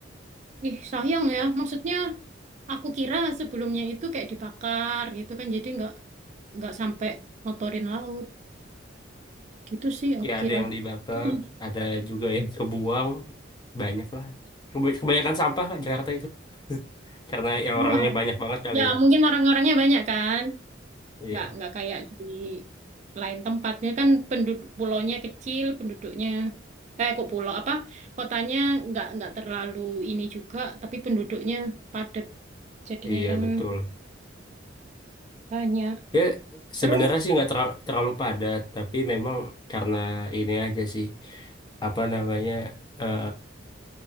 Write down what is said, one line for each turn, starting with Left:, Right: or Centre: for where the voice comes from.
Right: Ih sayang ya. Maksudnya aku kira sebelumnya itu kayak dibakar gitu kan, jadi nggak nggak sampai motorin laut. Gitu sih aku
Left: ya
Right: kira.
Left: ada yang dibakar
Right: Oh,
Left: ada juga yang kebuang banyak lah Kebany- kebanyakan sampah Kak, Jakarta itu karena ya orangnya
Right: Wah,
Left: banyak banget kali
Right: ya
Left: ya
Right: mungkin orang-orangnya banyak kan.
Left: iya
Right: nggak nggak kayak di lain tempatnya kan penduduk pulaunya kecil penduduknya kayak kok pulau apa kotanya nggak nggak terlalu ini juga tapi penduduknya padat jadinya
Left: iya
Right: kan
Left: betul
Right: banyak
Left: ya sebenarnya
Right: terus
Left: sih nggak terlalu, terlalu padat tapi memang karena ini aja sih apa namanya eh